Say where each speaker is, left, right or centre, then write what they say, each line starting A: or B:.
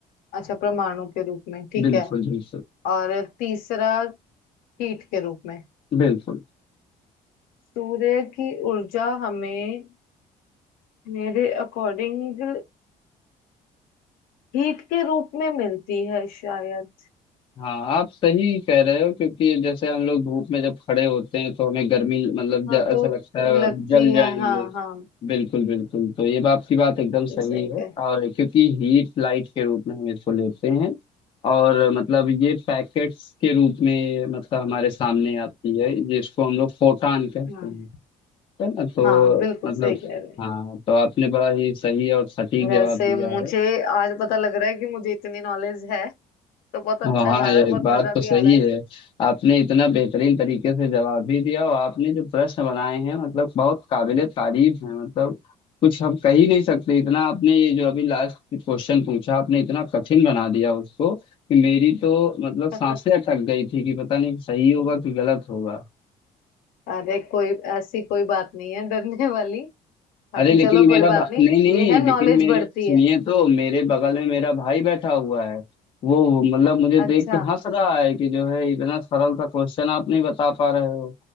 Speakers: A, on the left; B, on the left.
A: अच्छा परमाणु के रूप में ठीक
B: बिल्कुल
A: है
B: बिल्कुल
A: और तीसरा हीट के रूप में
B: बिल्कुल
A: सूर्य की ऊर्जा हमें मेरे अकॉर्डिंग हीट के रूप में मिलती है शायद
B: हाँ आप सही कह रहे हो क्योंकि जैसे हम लोग धूप में जब खड़े होते हैं तो हमें गर्मी मतलब ज-
A: हाँ तो
B: ऐसा लगता
A: लगती
B: है अब जल जाएंगे
A: है हाँ हाँ
B: बिल्कुल बिल्कुल तो ये बात की बात एकदम सही
A: सही
B: है
A: कह
B: और क्योंकि हीट लाइट के रूप में हम इसको लेते हैं और मतलब ये पैकेट्स के रूप में मतलब हमारे सामने आती है जिसको हम लोग फोटान कहते
A: हाँ
B: हैं है ना तो
A: हाँ बिल्कुल
B: मतलब
A: सही कह रहे हैं
B: हाँ तो आपने बड़ा ही सही और सटीक
A: वैसे
B: जवाब दिया
A: मुझे
B: है
A: आज पता लग रहा है कि मुझे इतनी नॉलेज है तो बहुत अच्छा
B: हाँ हाँ
A: जा
B: ये
A: रहा है बहुत
B: एक बात
A: मजा
B: तो सही
A: भी आ रहा
B: है आपने इतना बेहतरीन तरीके से जवाब भी दिया और आपने जो प्रश्न बनाए हैं मतलब बहुत काबिले तारीफ है मतलब कुछ हम कह ही नहीं सकते इतना आपने ये जो अभी लास्ट क्वेश्चन पूछा आपने इतना कठिन बना दिया उसको कि मेरी तो मतलब सांसें
A: है
B: अटक गई थी कि पता नहीं सही होगा कि गलत होगा
A: <laughs> अरे कोई ऐसी कोई बात नहीं है डरने वाली बाकी
B: अरे लेकिन
A: चलो
B: मेरा
A: कोई
B: भा...
A: बात नहीं
B: नहीं नहीं
A: ये है
B: लेकिन
A: नॉलेज
B: मेरे
A: बढ़ती
B: सुनिए
A: है
B: तो मेरे बगल में मेरा भाई बैठा हुआ है वो मतलब मुझे
A: अच्छा
B: देख के हंस रहा है कि जो है इतना सरल सा क्वेश्चन आप नहीं बता पा रहे हो